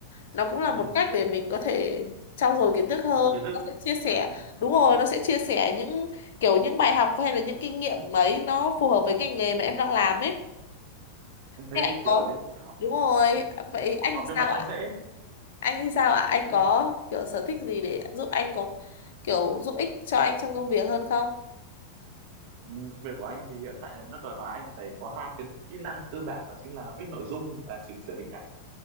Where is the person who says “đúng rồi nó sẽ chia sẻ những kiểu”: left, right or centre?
Left